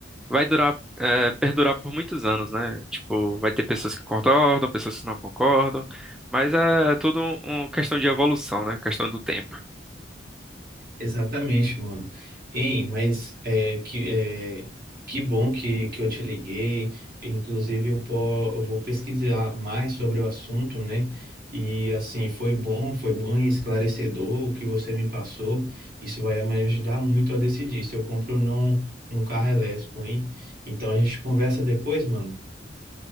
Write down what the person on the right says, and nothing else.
Exatamente, mano. Ei, mas é, que, é, que bom que, que eu te liguei. Inclusive, eu, po- eu vou pesquisar mais sobre o assunto, né? E assim, foi bom, foi bom e esclarecedor o que você me passou. Isso vai me ajudar muito a decidir se eu compro ou não um carro elétrico, hein? Então a gente conversa depois, mano.